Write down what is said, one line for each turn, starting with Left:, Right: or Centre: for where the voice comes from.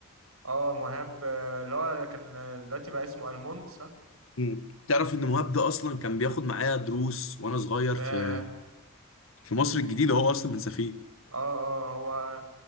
Right: اه مهاب آه، اللي هو كان آه، دلوقتي بقى اسمه الموند صح؟
Left: مم. تعرف ان مهاب ده اصلا كان بياخد معايا دروس وانا صغير
Right: ده
Left: في
Right: اه
Left: في مصر الجديدة هو اصلا من سفيه
Right: اه هو